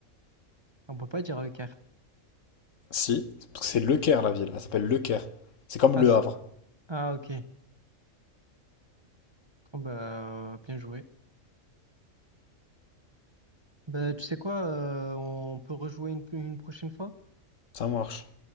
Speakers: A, on the right (about 25°); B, on the left (about 70°).
A: On peut pas dire Leclerc.
B: si, parce que c'est Le Caire la ville, elle s'appelle Le Caire. C'est comme
A: Ah,
B: Le
A: c'est-
B: Havre,
A: ah ok. Oh, bah, bien joué. Bah, tu sais quoi, euh, on peut rejouer une, une prochaine fois?
B: ça marche.